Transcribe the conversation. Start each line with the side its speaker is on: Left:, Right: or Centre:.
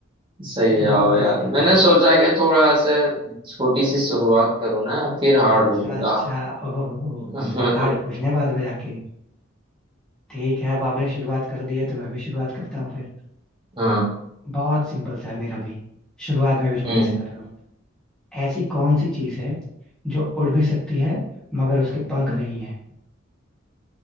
Right: सही
Centre: ये तो
Right: जवाब
Centre: बहुत
Right: है
Centre: इजी
Right: यार
Centre: था भाई
Right: मैंने सोचा कि थोड़ा से छोटी सी शुरुआत करूँ ना यार फिर हार्ड
Centre: अच्छा
Right: पूछूंगा
Centre: अच्छा ओहो
Right: <laughs>
Centre: हार्ड पूछने बाद में जाके ठीक है अब आपने शुरुआत कर दी है तो मैं भी शुरुआत करता हूँ फिर
Right: हाँ
Centre: बहुत सिंपल सा है मेरा भी शुरुआत में भी छोटे
Right: हम्म
Centre: से कर रहा हूँ ऐसी कौन सी चीज है जो उड़ भी सकती है मगर उसके पंख
Right: हम्म।
Centre: नहीं है